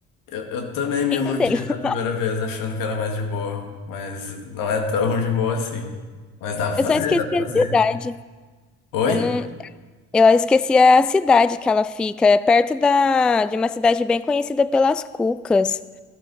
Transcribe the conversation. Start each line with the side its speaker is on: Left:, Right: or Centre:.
Left: Eu, eu também me
Centre: eu
Left: iludi
Centre: tô sem <laughs>
Left: da primeira vez, achando que era mais de boa, mas não é tão de boa assim. Mas dá pra
Centre: Eu
Left: fazer,
Centre: só esqueci
Left: dá pra fazer.
Centre: a cidade.
Left: Oi?
Centre: Eu não, eu esqueci a cidade que ela fica, é perto da de uma cidade bem conhecida pelas cucas.